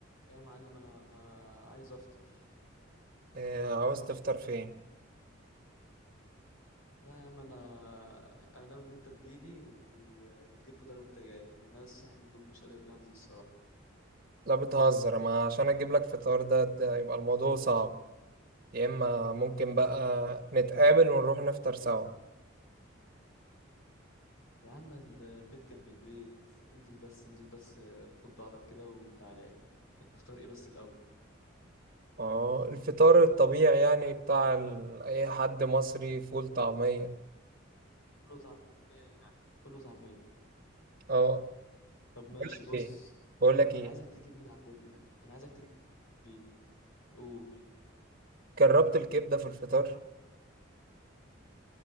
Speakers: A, on the left; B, on the right.
A: إيه يا معلم انا عايز افطر
B: إيه عاوز تفطر فين
A: لا يا عم انا <laughs> انا ناوي ان انت تجيلي و... وتجيب فطار وانت جاي لان انا لسه صاحي من النوم مش قادر انزل الصراحه
B: لا بتهزر ما عشان اجيب لك فطار ده, ده يبقى الموضوع صعب يا اما ممكن بقى نتقابل ونروح نفطر سوا
A: يا عم البيت جنب البيت انزل بس انزل بس خد بعضك كده وتعالى لي نفطر ايه بس الاول
B: اه الفطار الطبيعي يعني بتاع ال... اي حد مصري فول طعمية
A: فول وطعميه يعني فول وطعميه
B: اه
A: طب ماشي
B: بقول لك
A: بص
B: ايه بقول لك ايه
A: انا عايزك تجيب من عند ال... انا عايزك تجيب من عند الحبين قول
B: جربت الكبدة في الفطار